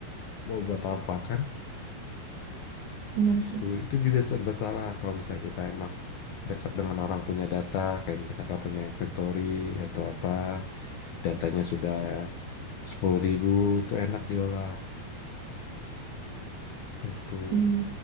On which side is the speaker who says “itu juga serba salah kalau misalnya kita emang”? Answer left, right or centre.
Left